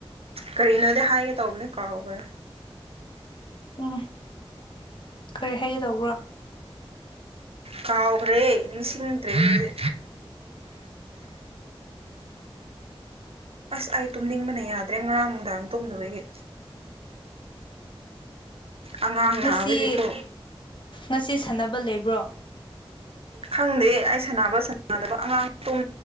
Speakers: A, on the right; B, on the left.
A: ꯀꯔꯤꯅꯣꯗꯤ ꯍꯥꯏꯒꯦ ꯇꯧꯕꯅꯦ ꯀꯥꯎꯒ꯭ꯔꯦ
B: ꯎꯝ ꯀꯔꯤ ꯍꯥꯏꯒꯦꯗꯧꯕ꯭ꯔꯣ
A: ꯀꯥꯎꯈ꯭ꯔꯦ ꯅꯤꯡꯁꯤꯡꯗ꯭ꯔꯦ ꯗꯨꯗꯤ ꯑꯁ ꯑꯩ ꯇꯨꯝꯅꯤꯡꯕꯅ ꯌꯥꯗ꯭ꯔꯦ ꯉꯔꯥꯡ ꯅꯨꯡꯗꯥꯡ ꯇꯨꯝꯗꯕꯒꯤ ꯑꯉꯥꯡ
B: ꯉꯁꯤ
A: ꯅꯥꯕꯒꯤꯀꯣ
B: ꯉꯁꯤ ꯁꯥꯟꯅꯕ ꯂꯩꯕ꯭ꯔꯣ
A: ꯈꯪꯗꯦ ꯑꯩ ꯁꯥꯟꯅꯕ ꯁꯥꯟꯅꯗꯕ ꯑꯉꯥꯡ ꯇꯨꯝ